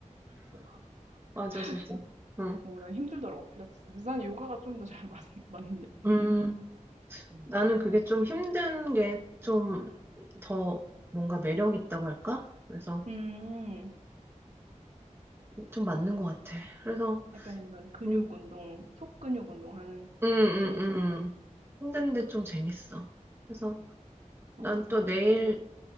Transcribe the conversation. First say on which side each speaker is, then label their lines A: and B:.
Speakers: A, on the right; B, on the right.
A: 그래서 막- <laughs>
B: 맞아, 진짜.
A: 그래서
B: 응.
A: 어, 난 힘들더라고, 필라테스. 그래서 난 요가가 좀 더 잘 <laughs> 맞는, 맞는 느낌?
B: 음,
A: 음.
B: 나는 그게 좀 힘든 게 좀 더 뭔가 매력 있다고 할까? 그래서
A: 음,
B: 좀 맞는 것 같아. 그래서,
A: 약간 이런 근육
B: 음,
A: 운동, 속근육 운동하는
B: 음,
A: 그런
B: 음,
A: 느낌?
B: 음. 힘든데 좀 재밌어. 그래서 난
A: 어.
B: 또 내일